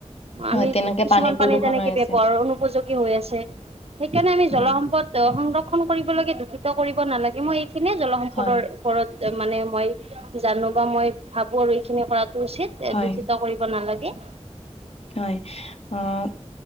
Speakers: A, on the left; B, on the right.
A: হয়
B: আমি
A: তেনেকে
B: কিছুমান
A: প্ৰদূষণ
B: পানী যেনেকে
A: হৈ আছে
B: ব্যৱহাৰ অনুপযোগী হৈ আছে। সেইকাৰণে আমি জলসম্পদ
A: হয়
B: সংৰক্ষন কৰিব লাগে, দূষিত কৰিব নালাগে মই এইখিনিয়ে জলসম্পদৰ
A: হয়
B: ওপৰত মানে মই জানো বা মই ভাবো আৰু এইখিনি কৰাটো উচিত
A: হয়
B: দূষিত কৰি কৰিব নালাগে।
A: হয়। অঁ